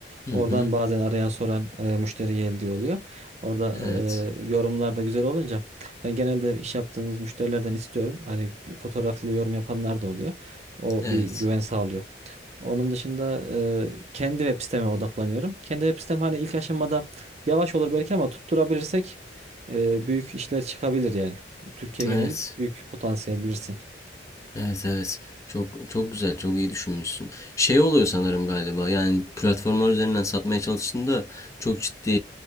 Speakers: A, on the left (about 15°); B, on the right (about 40°).
A: Hı
B: Oradan
A: hı.
B: bazen arayan soran e, müşteri geldi diye oluyor. Orada
A: Evet.
B: e, yorumlar da güzel olunca ben genelde iş yaptığımız müşterilerden istiyorum. Hani fotoğraflı yorum yapanlar da oluyor. O
A: Evet.
B: bir güven sağlıyor. Onun dışında e, kendi web siteme odaklanıyorum. Kendi web sitem hani ilk aşamada yavaş olur belki ama tutturabilirsek e, büyük işler çıkabilir yani. Türkiye
A: Evet.
B: geneli büyük potansiyel bilirsin.
A: Evet evet. Çok çok güzel, çok iyi düşünmüşsün. Şey oluyor sanırım galiba. Yani platformlar üzerinden satmaya çalıştığında çok ciddi